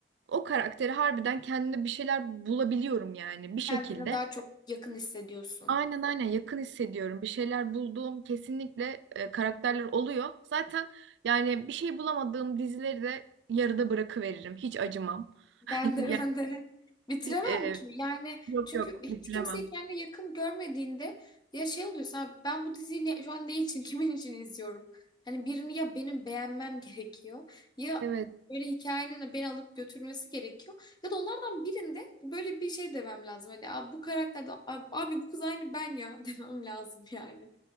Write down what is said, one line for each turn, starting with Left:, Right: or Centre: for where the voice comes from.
Right: o karakteri harbiden kendimde bir şeyler bulabiliyorum yani bir şekilde.
Left: Kendine daha çok yakın hissediyorsun.
Right: Aynen aynen yakın hissediyorum. Bir şeyler bulduğum kesinlikle e, karakterler oluyor. Zaten yani bir şey bulamadığım dizileri de yarıda bırakıveririm. Hiç acımam. <laughs>
Left: Ben de
Right: Yani
Left: ben de bitiremem
Right: e,
Left: ki. Yani
Right: yok
Left: çünkü
Right: yok
Left: hiç
Right: bitiremem.
Left: kimseyi kendine yakın görmediğinde ya şey oluyorsun abi ben bu diziyi ne- şu an ne için <laughs> kimin için izliyorum? Hani birini ya benim beğenmem gerekiyor ya
Right: Evet.
Left: böyle hikayenin beni alıp götürmesi gerekiyor. Ya da onlardan birinde böyle bir şey demem lazım. Hani abi bu karakterde abi, abi bu kız aynı ben ya <laughs> demem lazım yani.